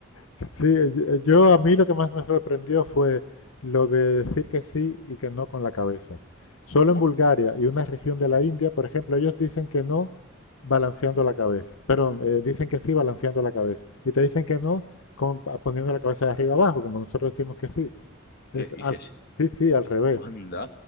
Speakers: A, on the left; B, on the left.
A: Sí, eh, yo- a mí lo que más me sorprendió fue lo de decir que sí y que no con la cabeza. Solo
B: ¿Cómo?
A: en Bulgaria y una región de la India, por ejemplo, ellos dicen que no balanceando la cabeza. Perdón, eh, dicen que sí balanceando la cabeza. Y te dicen que no con- poniendo la cabeza de arriba abajo, como nosotros decimos que sí.
B: ¿Qué
A: Es
B: dices?
A: al, sí, sí, al revés.
B: Anda.